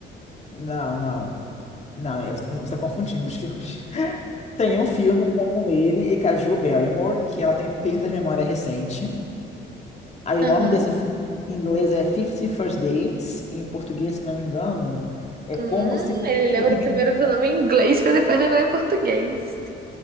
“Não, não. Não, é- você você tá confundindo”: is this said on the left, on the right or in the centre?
Left